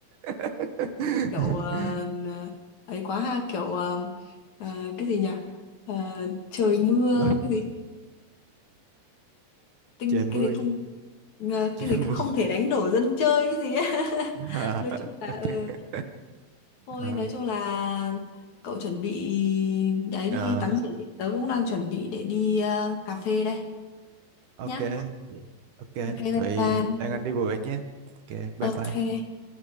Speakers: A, on the right (about 65°); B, on the left (about 55°).
A: <laughs>
B: kiểu uh, ấy quá ha kiểu ờ, ờ, cái gì nhỉ Ờ, trời mưa
A: Rồi,
B: cái gì tinh
A: trời mưa
B: cái gì không
A: gì
B: ờ,
A: trời
B: cái gì
A: mưa
B: không thể đánh đổ dân chơi cái gì ấy. <laughs>
A: <laughs> à,
B: nói chung là
A: ok
B: ừ. thôi
A: à,
B: nói chung là cậu chuẩn bị đấy đi
A: à,
B: đi tắm biển đi tớ cũng đang chuẩn bị để đi ờ, cà phê đây
A: ok
B: nhá
A: vậy ok
B: ok bye
A: vậy
B: bye
A: Lan Anh đi vui vẻ nhé ok bye
B: ok
A: bye